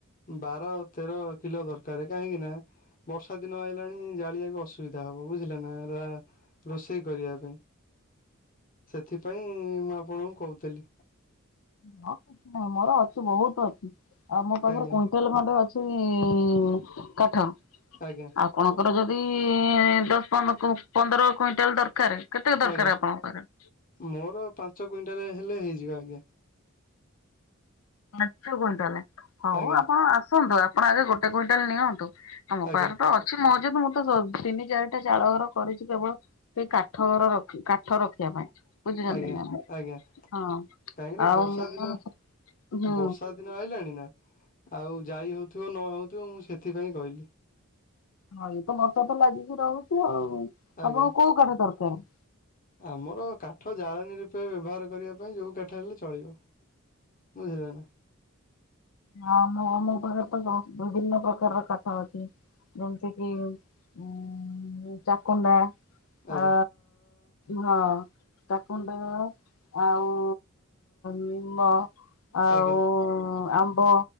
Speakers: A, on the left; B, on the left.
A: ବାର ତେର କିଲୋ ଦରକାର କାହିଁକି ନା ବର୍ଷା ଦିନ ଆଇଲାଣି ଜାଳିବାକୁ ଅସୁବିଧା ହବ ବୁଝିଲେନା ରା ରୋଷେଇ କରିବା ପାଇଁ ସେଥିପାଇଁ ମୁଁ ଆପଣଙ୍କୁ କହୁଥିଲି।
B: ହଁଁ ମୋର ଅଛି ବହୁତ ଅଛି ଆଉ ମୋ ପାଖରେ
A: ଆଜ୍ଞା
B: କୁଇଣ୍ଟାଲ ଖଣ୍ଡେ ଅ ସେ ଇଁ କାଠ
A: ଆଜ୍ଞା।
B: ଆପଣଙ୍କର ଯଦି ଦଶ ପନ୍ଦ ପନ୍ଦର କୁଇଣ୍ଟାଲ ଦରକାର କେତେକ ଦରକାର
A: ଆଜ୍ଞା
B: ଆପଣଙ୍କର
A: ମୋର ପାଞ୍ଚ କୁଇଣ୍ଟାଲ ହେଲେ ହେଇଯିବ ଆଜ୍ଞା।
B: ପାଞ୍ଚ କୁଇଣ୍ଟାଲ ହଉ
A: ଆଜ୍ଞା
B: ଆପଣ ଆସନ୍ତୁ ଆପଣ ଆଗେ ଗୋଟେ କୁଇଣ୍ଟାଲ ନିଅନ୍ତୁ। ଆମ
A: ଆଜ୍ଞା
B: ପାଖରେତ ଅ ଛି ମହଜଦ ମୁଁ ତ ତିନି ଚାରିଟା ଚାଳ ଘର କରିଛି କେବଳ ସେଇ କାଠ ଘର ର। କାଠ ରଖିବା ପାଇଁ ବୁଝୁଛନ୍ତି
A: ଆଜ୍ଞା
B: ନା ଆ
A: ଆଜ୍ଞା
B: ହଁ
A: କାହିଁକି ନା
B: ଆଉ
A: ବର୍ଷା
B: ମୁଁ
A: ଦିନ
B: ହୁଁ
A: ବର୍ଷା ଦିନ ଆଇଲାଣି ନା ଆଉ ଯାଇ ହଉଥିବ ନ ହଉଥିବ ମୁଁ ସେଥିପାଇଁ କହିଲି।
B: ହଁ ଇଏତ ବର୍ଷା ତ ଲାଗିକି ରହୁଛି। ଆଉ ଆପଣଙ୍କୁ
A: ଆଜ୍ଞା
B: କୋଉ କାଠ ଦରକାର।
A: ଆମର କାଠ ଜାଳଣୀ ରୂପେ ବ୍ୟବହାର କରିବା ପାଇଁ ଯଉ କାଠହେଲେ ଚଳିବ। ବୁଝିଲେ ନା।
B: ହଁ ମୋ ମୋ ପାଖରେ ତ ବିଭିନ୍ନ ପ୍ରକାରର କାଠ ଅଛି। ଯେମିତି କିି ଉ ଚାକୁଣ୍ଡା
A: ଆଜ୍ଞା
B: ଆ। ହଁ ଚାକୁଣ୍ଡା ଆଉ ନିମ୍ବ। ଆଉ
A: ଆଜ୍ଞା
B: ଆମ୍ବ